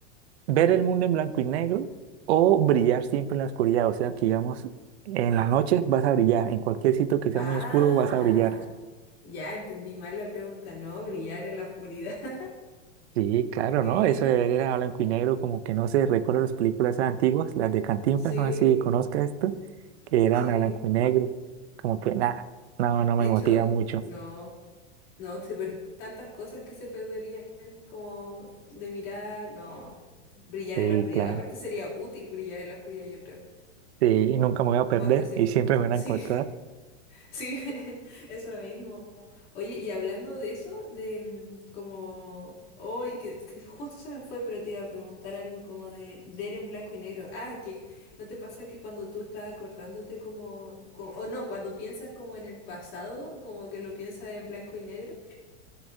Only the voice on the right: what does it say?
ver el mundo en blanco y negro o brillar siempre en la oscuridad. O sea, que digamos, en las noches vas a brillar, en cualquier sitio que sea
muy oscuro vas a brillar.
Sí, claro,
¿no? Eso de ver a blanco y negro, como que no sé, recuerdo las películas antiguas, las de Cantinflas,
no sé si conozca esto, que eran
a blanco y negro, como que nada, no, no
me
motiva mucho.
Sí,
claro,
sí, nunca me voy a perder
y siempre
me van
a encontrar.